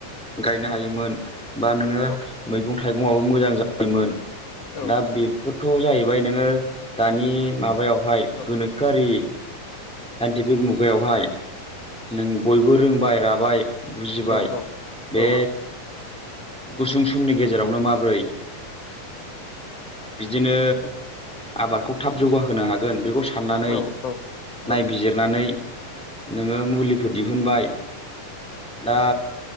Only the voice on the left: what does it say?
औ
औ
औ
औ औ
औ
औ
औ
औ